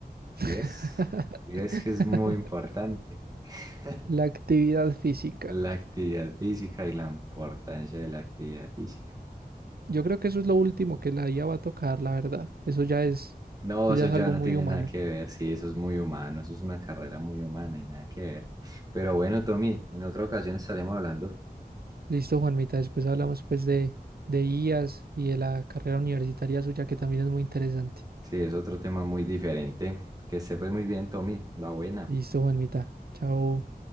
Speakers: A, on the right; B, on the right.
A: ¿Sí
B: <laughs>
A: ves? ¿Sí ves que es muy importante? <laughs>
B: La actividad física.
A: La actividad física y la importancia de la actividad física.
B: Yo creo que eso es lo último que la IA va a tocar, la verdad. Eso ya es,
A: No,
B: eso
A: eso
B: ya es
A: ya
B: algo
A: no
B: muy
A: tiene
B: humano.
A: nada que ver, sí, eso es muy humano, eso es una carrera muy humana y nada que ver. Pero bueno, Tommy, en otra ocasión estaremos hablando.
B: Listo, Juanmita. Después hablamos pues de, de IAS y de la carrera universitaria suya que también es muy interesante.
A: Sí, es otro tema muy diferente. Que sepas muy bien, Tommy, la buena.
B: Listo, Juanmita. Chao.